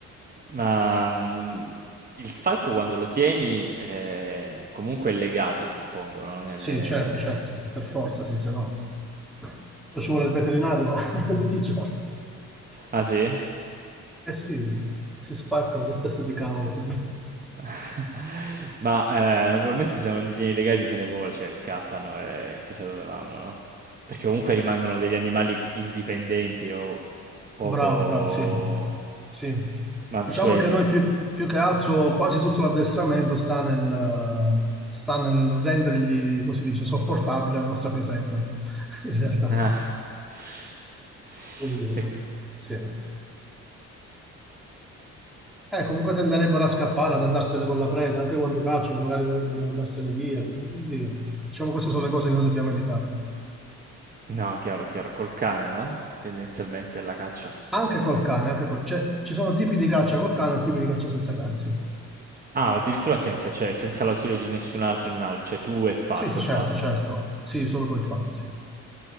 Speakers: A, on the right; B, in the centre.
A: Ma, mhmm, il falco quando lo tieni, ehm, comunque è legato suppongo, no, nelle
B: Sì, certo, certo, per forza, sì, se no. Se no ci vuole il veterinario <laughs> tutti i giorni.
A: Ah sì?
B: Eh sì, si spaccano su testa di cavolo, capito?
A: <laughs> Ma eh, naturalmente se non li tieni legati se ne vol cioè scappano e chissà dove vanno, no? Perché comunque rimangono degli animali indipendenti o poco
B: Bravo, bravo, sì. Sì.
A: mansueti.
B: Diciamo che noi più, più che altro quasi tutto l'addestramento sta nel, sta nel rendergli, come si dice, sopportabile la nostra presenza, ecco, <laughs> in realtà.
A: Ah. <laughs>
B: Quindi,
A: Perché...
B: sì. Eh, comunque tenderebbero a scappare, ad andarsene con la preda, anche quando cacciano, magari vogliono andarsene via. capito? Quindi, diciamo, queste sono le cose che noi dobbiamo evitare.
A: No, chiaro, chiaro, col cane, no? Tendenzialmente è la caccia.
B: Anche col cane, anche col... cioè, ci sono tipi di caccia col cane e tipi di caccia senza cane, sì.
A: Ah, addirittura senza, cioè, senza l'ausilio di nessun altro animale, cioè tu e il falco
B: Sì, sì,
A: e
B: certo,
A: basta.
B: certo. Sì, solo tu il fatto, sì.